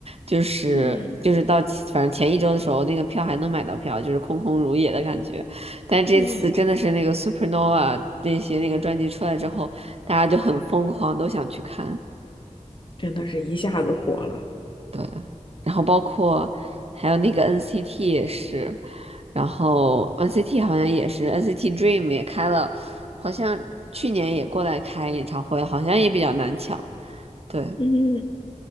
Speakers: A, on the right; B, on the left.
A: 就是就是到其反正前一周的时候，
B: 嗯
A: 那个票还能买到票，就是空空如也的感觉。但这次真的是那个
B: 嗯
A: Supernova 那些那个专辑出来之后，大家就很疯狂，都想去看。
B: 真的是一下子火了。
A: 对，然后包括还有那个 NCT 也是，然后 NCT 好像也是 NCT Dream 也开了，好像去年也过来开演唱会，好像也比较难抢，对，
B: 嗯，